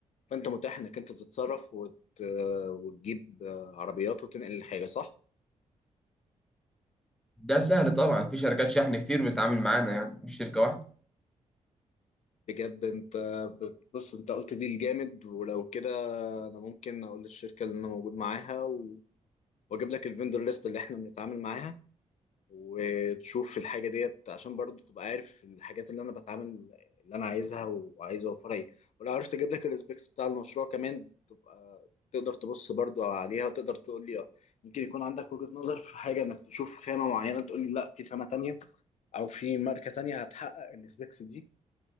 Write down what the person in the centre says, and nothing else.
ده سهل طبعا في شركات شحن كتير بتتعامل معانا يعني مش شركة واحدة